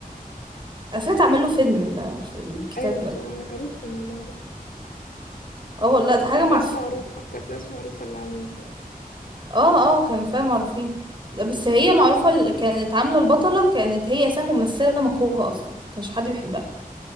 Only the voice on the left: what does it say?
ايوه
صح، عرفت الموضوع ده
كان
كانت
ناس معروفة كانت ناس معروفة اللي عاملاها تاني